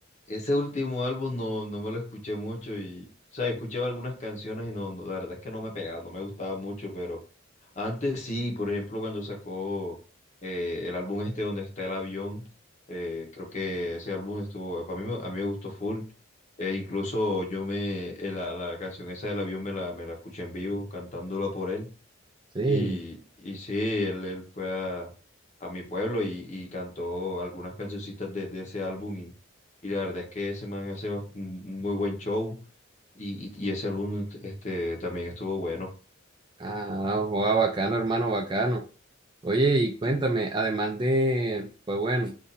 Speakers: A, on the left (about 35°); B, on the right (about 20°).
A: ese último álbum no, no me lo escuché mucho y, o sea, escuché algunas canciones y no, no, la verdad es que no me pegaba, no me gustaba mucho, pero antes sí, por ejemplo, cuando sacó eh, el álbum este donde está el avión, eh, creo que ese álbum estuvo, para mí, me- a mí me gustó full. E incluso yo me, eh, la, la canción esa del avión me la, me la escuché en vivo, cantándola por él.
B: Sí.
A: Y, y sí, él, él fue a, a mi pueblo y, y cantó algunas cancioncitas de, de ese álbum y, y la verdad es que ese man hace bast- un un muy buen show y, y, y ese álbum este, también estuvo bueno.
B: Ah, joa, bacano, hermano, bacano. Oye, y cuéntame,
A: Sí.
B: además de, pues bueno,